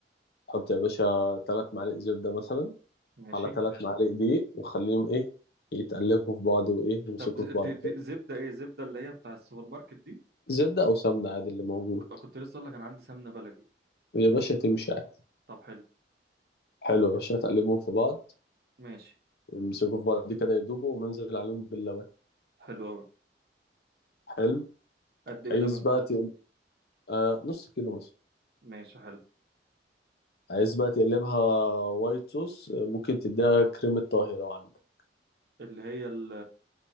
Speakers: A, on the left; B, on the right.
A: حط يا باشا ثلاث معالق زبدة مثلا
B: ماشي
A: على ثلاث معالق دقيق وخليهم ايه يتقلبوا في بعض وايه يمسكوا
B: طب ز-
A: في بعض
B: دي دي
A: كده
B: زبدة ايه زبدة اللي هي بتاع السوبر ماركت دي
A: زبدة او سمنة عادي اللي موجود
B: ك- كنت لسه اقول لك انا عندي سمنة بلدي
A: ويا باشا تمشي عادي
B: طب حلو
A: حلو يا باشا تقلبهم في بعض
B: ماشي
A: يمسكوا في بعض كده يدوبوا ومنزل عليهم باللبن
B: حلو اوي
A: حلو
B: قد ايه
A: عايز
B: لبن
A: بقى تقل... آه نص كيلو مثلا
B: ماشي حلو
A: عايز بقى تقلبها وايت صوص آه، ممكن تديها كريمة طهي لو عندك
B: اللي هي ال